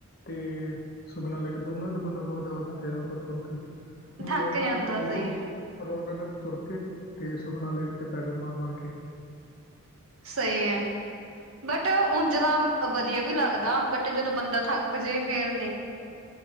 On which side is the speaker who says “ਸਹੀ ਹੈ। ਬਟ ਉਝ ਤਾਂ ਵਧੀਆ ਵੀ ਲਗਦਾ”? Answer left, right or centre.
Right